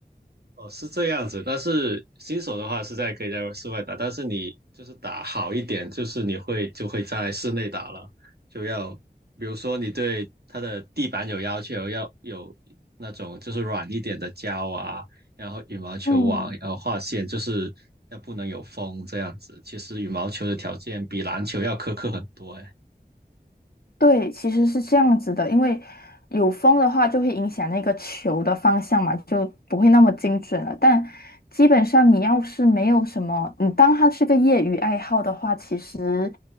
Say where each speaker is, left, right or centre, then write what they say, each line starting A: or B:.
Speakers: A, on the right; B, on the left.
A: 哦，是这样子，但是新手的话是在可以在室外打，但是你就是打好一点，就是你会就会在室内打了，就要比如说你对它的地板有要求，要有那种就是软一点的胶啊，然后羽毛球网，
B: 嗯。
A: 然后画线，就是要不能有风这样子。其实羽毛球的条件比篮球要苛刻很多，诶。
B: 对，其实是这样子的，因为有风的话就会影响那个球的方向嘛，就不会那么精准了。但基本上你要是没有什么，你当它是个业余爱好的话，其实，